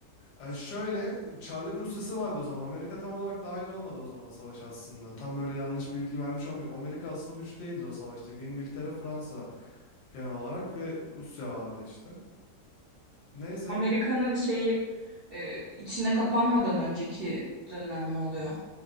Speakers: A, on the left; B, on the right.
A: Ee, şöyle Çarlık Rusyası vardı o zaman. Amerika tam olarak dahil olmadı o zaman savaşa aslında. Tam böyle yanlış bir bilgi vermiş olmayayım. Amerika asıl güç değildi o savaştaki. İngiltere, Fransa genel olarak ve Rusya vardı işte. Neyse.
B: Amerika'nın şeyi e, içinde kapanmadan önceki dönem mi oluyor?